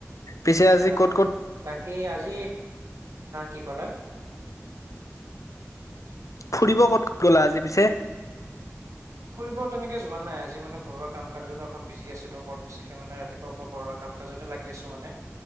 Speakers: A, on the left (about 80°); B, on the right (about 75°).
A: পিছে আজি
B: আহ
A: ক'ত- ক'ত
B: বাকী আজি, হা কি ক'লা?
A: ফুৰিব ক'ত গ'লা, আজি পিছে?
B: ফুৰিব তেনেকে যোৱা নাই, আজি মানে ঘৰুৱা কাম-কাজতে অকণ বিজি আছিলো বৰ বেছিকে মানে ৰাতিপুৱাৰ পৰা ঘৰুৱা কামকাজতে লাগি আছো মানে,